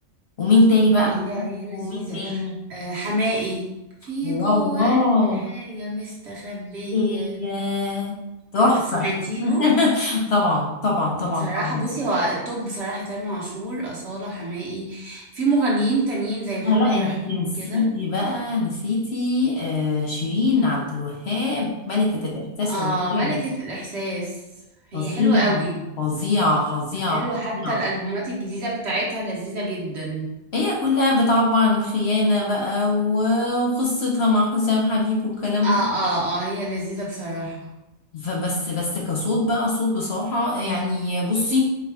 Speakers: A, on the left; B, on the right.
A: ومين تاني بقى
B: هي
A: بنحبه
B: هي لذيذه
A: ومين تاني
B: آه حماقي في
A: والله
B: جوه قلبي حاجه مستخبيه
A: إيه، تحفة
B: سمعتي
A: <laughs>
B: له
A: طبعا طبعا
B: بصراحه
A: طبعا طبعا
B: بصي هو التوب بصراحه تامر عاشور اصاله حماقي في مغنيين تانيين زي محمد
A: آه، لا
B: رحيم
A: انت نسيتي
B: كده
A: بقى نسيتي آه شيرين عبد الوهاب ملكة الإحساس
B: اه
A: والإبداع
B: ملكه الاحساس هي
A: فظيعة
B: حلوه قوي
A: فظيعة فظيعة
B: حلوه
A: فظيعة
B: حتى الالبومات الجديده بتاعتها لذيذه جدا
A: هي كلها بتعبر عن الخيانة بقى و- وقصتها مع حسام حبيب والكلام
B: اه
A: ده
B: اه اه هي لذيذة بصراحة
A: فبس بس كصوت بقى صوت بصراحة يعني بصي